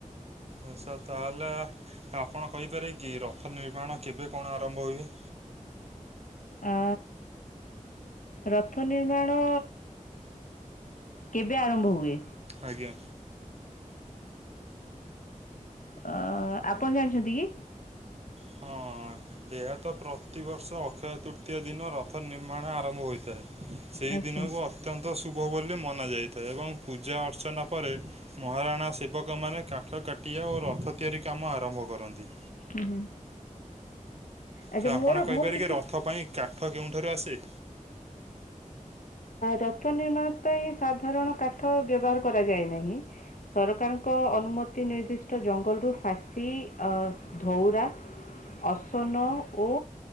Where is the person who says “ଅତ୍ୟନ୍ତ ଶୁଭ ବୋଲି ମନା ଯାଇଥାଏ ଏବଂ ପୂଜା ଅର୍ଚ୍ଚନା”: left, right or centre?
Right